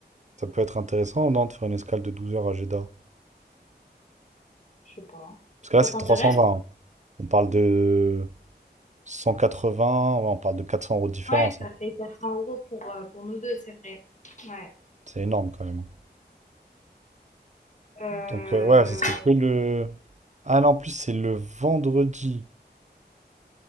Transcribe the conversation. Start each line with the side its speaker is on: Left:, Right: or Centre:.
Right: Ça peut être intéressant, non, de faire une escale de 12 heures à Jeddah.
Left: Je sais pas.
Right: Parce que là,
Left: Ça
Right: c'est
Left: t'intéresse?
Right: 320. hein. On parle de 180, ouais, on parle de 400 euros de différence.
Left: Ouais, ça
Right: hein.
Left: fait 400 euros pour, euh, pour nous deux, c'est vrai. Ouais.
Right: C'est énorme quand même. hein.
Left: Euh,
Right: Donc, euh, ouais, ce serait que le. Ah non, en plus, c'est le vendredi